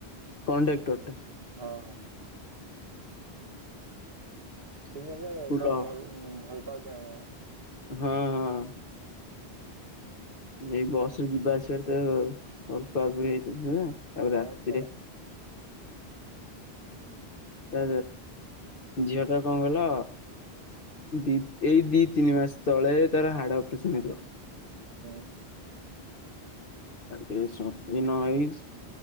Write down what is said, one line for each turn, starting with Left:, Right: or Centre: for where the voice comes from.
Left: କଣ୍ଡକ୍ଟର୍ ଟା
Right: ହଁ ହଁ ସେ <unintelligible>
Left: କୁଲ
Right: କଣ ଭଲ ଭଲ ତ ଦେଲ
Left: ହଁ ହଁ। ଏଇ ବସ ରେ ଯିବା ଆସିବାରେ ତ <unintelligible> ହେଇଥିଲା ନା। ତାପରେ
Right: ହଁ
Left: ରାତିରେ
Right: ପରା
Left: ତା ଝିଅଟା କଣ କହିଲ ଦି ଏଇ ଦି ତିନି ମାସ ତଳେ ତାର ହାଡ ଅପରେସନ ହେଇଥିଲା।
Right: ହୁଁ
Left: ତାଠି ସଙ୍କିନ ହେଇଛି